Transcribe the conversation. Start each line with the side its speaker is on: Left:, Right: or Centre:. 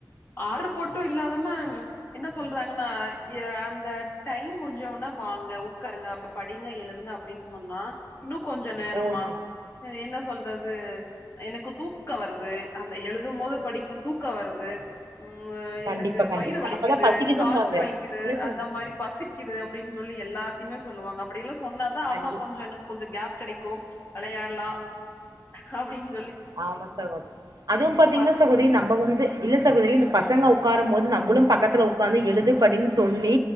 Left: ஆர்டர் போட்டும் இல்லாதமா என்ன சொல்றாங்கன்னா அந்த டைம் முடிஞ்சம்னா வாங்க உட்காருங்க படிங்க எழுதுங்க அப்படின்னு சொன்னா இன்னும் கொஞ்சம் நேரமா
Right: ஓ சரி,
Left: என்ன சொல்றது எனக்கு தூக்கம் வருது அந்த எழுதும் போது படிக்கும் தூக்க வருது ம்
Right: கண்டிப்பா
Left: எனக்கு
Right: கண்டிப்பா
Left: வயிறு வலிக்குது
Right: அப்பதா பசிக்குதும்பாங்க
Left: கால் வலிக்குது
Right: இல்ல சாமி
Left: அந்த மாரி பசிக்குது அப்படின்னு சொல்லி எல்லா சொல்லுவாங்க அப்படிெல்லா சொன்னாதான்
Right: கண்டி
Left: அம்மா கொஞ்ச இன்னும் கொஞ்சம் கேப் கிடைக்கும் விளையாடலா அப்படின்னு
Right: ஆமா சக அதுவும் பாத்தீங்கன்னா
Left: பஸ்
Right: சகோதி நம்ம வந்து இல்ல சகோதரி இ பசங்க உட்காரும் போது நம்மளும் பக்கத்துல உட்கார்ந்து எழுது படின்னு சொல்லி